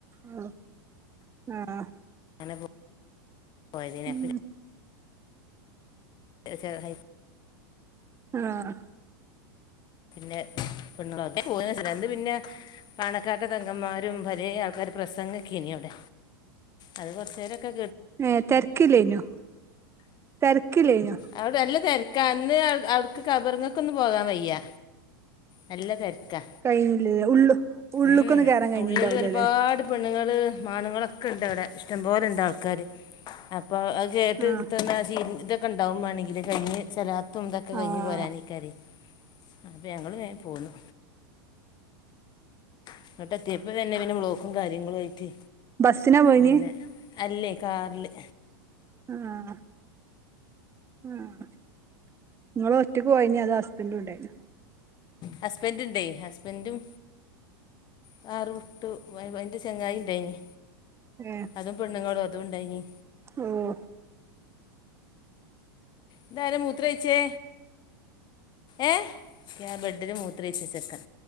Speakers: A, on the right; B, on the left.
A: ആഹ് ആഹ്
B: അങ്ങനെപോ പോയതിനെ
A: ഉം
B: <unintelligible> <unintelligible>
A: ആഹ്
B: പിന്നെ <unintelligible> പിന്നെ പാണക്കാട്ടേ തങ്കമ്മാ വരും വരെ ആൾക്കാര് പ്രസാഗിക്കിനി അവിടെ അത് കൊറച്ചേരം കേ
A: ഏഹ് തെരക്കില്ലെന്നു തെരക്കില്ലെന്നു
B: അവടെ നല്ല തെരക്കാ ഇന്ന് അവിട്ക്ക് കബറിങ്ങക്ക് ഒന്നും പോകാൻ വയ്യ നല്ല തെരക്കാ
A: കഴിഞ്ഞില്ലല്ലേ ഉള്ളു ഉള്ള്ക്കൊന്നും
B: ഉം
A: കേറാൻ കഴിഞ്ഞിണ്ടാവൂലല്ലേ
B: ഉള്ളില് ഒരുപാട് പെണ്ണുങ്ങള് മാണ്ങ്ങളൊക്കെ ഇണ്ട് അവിടെ ഇഷ്ടംപോലെ ണ്ട് ആൾക്കാര് അപ്പോ അത് കേട്ട്
A: ആഹ്
B: <unintelligible> ഇതൊക്കെ ഇണ്ടാവും വാണെങ്കില് കഴിഞ്ഞ് ചാ തും ന്തക്കെ കഴിഞ്ഞ്
A: ആഹ്
B: പോരാനിക്കാരി അപ്പം ഞങ്ങള് വേഗം പോന്നു ഇങ്ങോട്ടേത്തിപ്പ തന്നെ പിന്നെ ബ്ലോക്കും കാര്യങ്ങളും ആയിട്ട്
A: ബസ്സിനാ പോയിന്
B: പിന്നെ അല്ലേ കാറില്
A: ആഹ് ആഹ് നിങ്ങള് ഒറ്റക്ക് പോയിനാ അതോ ഹസ്ബൻഡും ഉണ്ടായിനാ
B: ഹസ്ബൻറ്റ് ഇണ്ടേ ഹസ്ബൻഡും കാറും ട് മരുമോന്റെ ചങ്ങായിണ്ടായിനി
A: ഉം
B: അതും പെണ്ണുങ്ങളും അതു ഉണ്ടായിനി
A: ഉം
B: ഇതാര മൂത്രഴിച്ചേ ഏ ആ ബെഡില് മൂത്രഴിച്ച് ചെക്കൻ